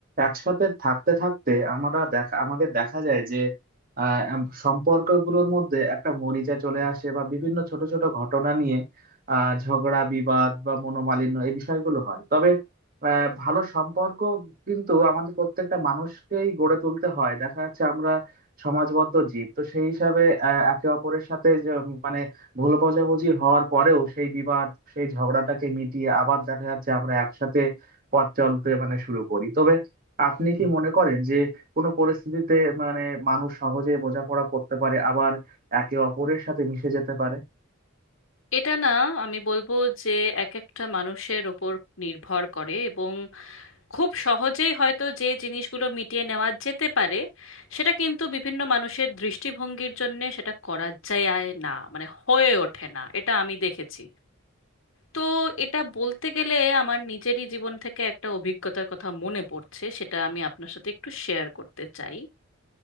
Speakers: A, on the right (about 45°); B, on the left (about 80°).
A: একসাথে থাকতে থাকতে আমরা দেখা আমাদের দেখা যায় যে আহ, এম- সম্পর্কগুলোর মধ্যে একটা মরিচা চলে আসে বা বিভিন্ন ছোট ছোট ঘটনা নিয়ে আহ, ঝগড়া বিবাদ বা মনোমালিন্য এই বিষয়গুলো হয় তবে আহ, ভালো সম্পর্ক কিন্তু আমাদের প্রত্যেকটা মানুষকেই গড়ে তুলতে হয় দেখা যাচ্ছে আমরা সমাজবদ্ধ জীব তো সেই হিসাবে আহ, একে অপরের সাথে যে, মানে ভুল বোঝাবুঝি হওয়ার পরেও সেই বিবাদ সেই ঝগড়াটাকে মিটিয়ে আবার দেখা যাচ্ছে আমরা একসাথে পথ চলতে মানে শুরু করি তবে আপনি কি মনে করেন যে কোনো পরিস্থিতিতে মানে মানুষ সহজে বোঝাপড়া করতে পারে আবার একে অপরের সাথে মিশে যেতে পারে
B: এটা না আমি বলবো যে এক একটা মানুষের ওপর নির্ভর করে এবং খুব সহজেই হয়তো যে জিনিসগুলো মিটিয়ে নেওয়া যেতে পারে সেটা কিন্তু বিভিন্ন মানুষের দৃষ্টিভঙ্গির জন্য সেটা করা যায় না মানে হয়ে ওঠে না এটা আমি দেখেছি তো এটা বলতে গেলে আমার নিজেরই জীবন থেকে একটা অভিজ্ঞতার কথা মনে পড়ছে সেটা আমি আপনার সাথে একটু শেয়ার করতে চাই